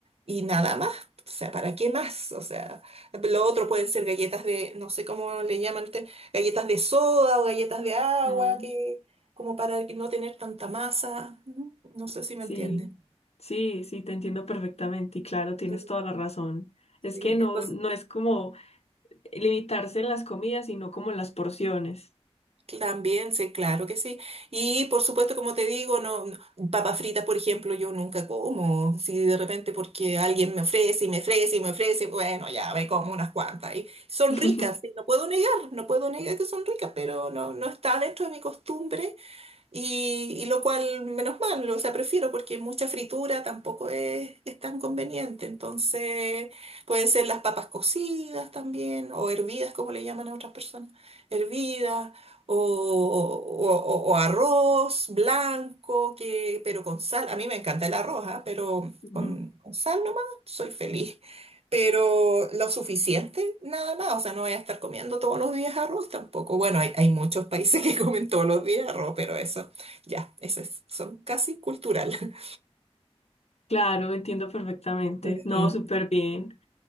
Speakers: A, on the right (about 65°); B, on the left (about 70°).
A: y nada más. O sea, ¿para qué más? O sea, lo otro pueden ser galletas de, no sé cómo le llaman ustedes, galletas de soda o galletas de agua,
B: Mm,
A: que como para que no tener tanta masa. No No sé si
B: sí,
A: me entienden.
B: sí, sí, te entiendo perfectamente. Y claro, tienes
A: Sí,
B: toda la razón. Es
A: sí.
B: que no,
A: Entonces,
B: no es como limitarse en las comidas, sino como en las porciones.
A: También, sí, claro que sí. Y por supuesto, como te digo, no, no- papas fritas, por ejemplo, yo nunca como. Si de repente porque alguien me ofrece y me ofrece y me ofrece, bueno, ya me como unas cuantas. Y son
B: <laughs>
A: ricas, sí, no puedo negar, no puedo negar que son ricas, pero no, no está dentro de mi costumbre y, y lo cual, menos mal, o sea, prefiero porque mucha fritura tampoco es, es tan conveniente. Entonces, pueden ser las papas cocidas también, o hervidas, como le llaman a otras personas, hervidas, o, o- o- o arroz blanco, que, pero con sal. A mí me encanta el arroz, ¿ah? Pero
B: Ujú.
A: con, con sal nomás soy feliz pero lo suficiente nada más, o sea, no voy a estar comiendo todos los días arroz tampoco. Bueno, hay, hay muchos países que <laughs> comen todos los días arroz, pero eso, ya, eso es, son casi cultural. <laughs>
B: Claro, entiendo perfectamente.
A: Mm,
B: No, súper bien.